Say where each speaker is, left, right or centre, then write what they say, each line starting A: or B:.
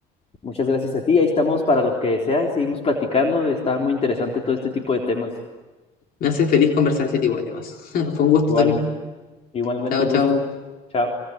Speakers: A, on the left; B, on the left.
A: muchas gracias a ti, ahí estamos para lo que sea y seguimos platicando, está muy interesante todo este tipo de temas.
B: me hace feliz conversar este tipo de temas. <laughs> Fue un gusto,
A: Igualmente,
B: Torín.
A: igualmente
B: Chao,
A: un
B: chao.
A: gusto. Chao.